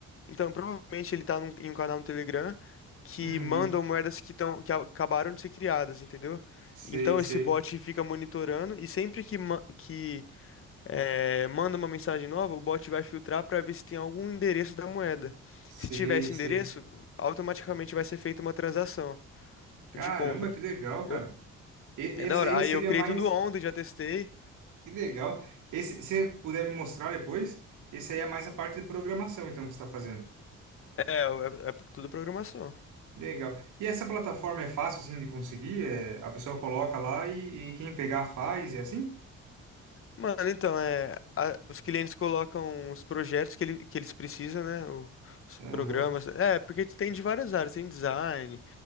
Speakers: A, on the left; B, on the right.
A: Então provavelmente ele tá num- em um canal no Telegram que
B: Uhum.
A: mandam moedas que, tão, que a- acabaram de ser criadas, entendeu?
B: Sei,
A: Então
B: sei.
A: esse bot fica monitorando e sempre que, ma- que eh, manda uma mensagem nova, o bot vai filtrar para ver se tem algum endereço da moeda.
B: Sei,
A: Se tiver esse
B: sei.
A: endereço, automaticamente vai ser feita uma transação
B: Caramba,
A: de compra.
B: que legal,
A: Entendeu?
B: cara. E,
A: É
B: essa
A: da hora.
B: aí
A: Aí
B: seria
A: eu criei
B: mais.
A: tudo ontem, já testei.
B: Que legal. Esse, se você puder me mostrar depois, esse aí é mais a parte de programação, então, que você está fazendo.
A: É, é, é tudo programação.
B: Legal. E essa plataforma é fácil, assim, de conseguir? É, a pessoa coloca lá e, e quem pegar faz, é assim?
A: Mano, então, é, a- os clientes colocam os projetos que, ele, que eles precisam, né? o- os
B: Aham.
A: programas. É, porque tem de várias áreas, tem design.